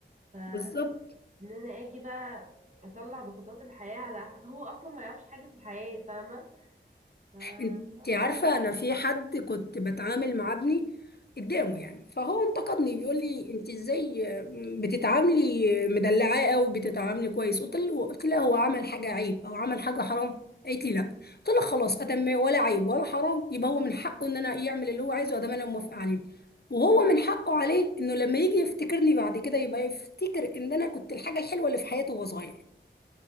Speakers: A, on the right; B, on the left.
A: فان
B: بالظبط
A: انا اجي بقى اطلع ضغوطات الحياة على هو اصلا ما يعرفش حاجة في الحياة فاهمة ف...
B: انت
A: صعب
B: عارفة
A: أوي.
B: انا في حد كنت بتعامل مع ابني قدامه يعني فهو انتقدني بيقول لي انت ازاي بتتعاملي مدلعاه او بتتعاملي كويس قلت له قلت لها هو عمل حاجة عيب او عمل حاجة حرام قالت لي لا قلت لها خلاص ادم ولا عيب ولا حرام يبقى هو من حقه ان انا يعمل اللي هو عايزه ادام انا موافقة عليه وهو من حقه عليه انه لما يجي يفتكرني بعد كده يبقى يفتكر ان انا كنت الحاجة الحلوة اللي في حياته وهو صغير